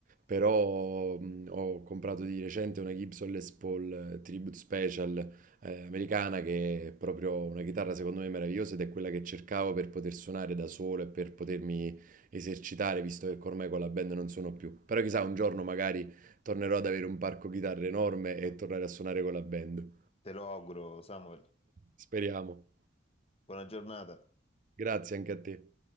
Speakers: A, on the right; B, on the left.
A: però mh, ho comprato di recente una Gibson Les Paul eh, Tribute Special eh, americana che è proprio una chitarra secondo me meravigliosa ed è quella che cercavo per poter suonare da solo e per potermi esercitare, visto che ormai con la band non suono più. Però chissà, un giorno magari tornerò ad avere un parco chitarre enorme e tornare a suonare con la band.
B: Te lo auguro, Samuel.
A: Speriamo.
B: Buona giornata.
A: Grazie anche a te.